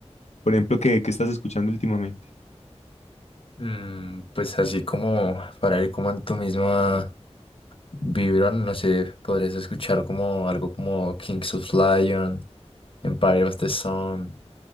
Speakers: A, on the left; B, on the left.
A: Por ejemplo, ¿qué, qué estás escuchando últimamente?
B: Mm, pues así como para ir como en tu misma vibra, no sé, podrías escuchar como algo como Kings of Lion, Empire of the Sun,